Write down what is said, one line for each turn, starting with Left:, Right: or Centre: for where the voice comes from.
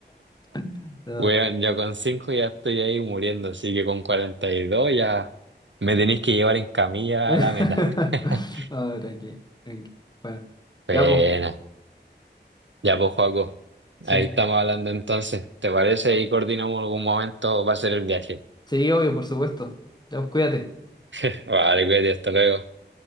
Left: <laughs> No.
Right: Weón, yo con 5 ya estoy ahí muriendo, así que con 42 ya me tenéis que llevar en camilla
Left: <laughs>
Right: a la meta. <laughs>
Left: No, tranqui, tranqui. Bueno,
Right: Pena.
Left: ya, pues,
Right: Ya, pues, Joaco,
Left: sí,
Right: ahí estamos hablando entonces. ¿Te parece?
Left: ya,
Right: Y
Left: po.
Right: coordinamos algún momento, va a ser el viaje.
Left: Sí, obvio, por supuesto. Ya, pues, cuídate.
Right: <laughs> Vale, cuídate, hasta luego.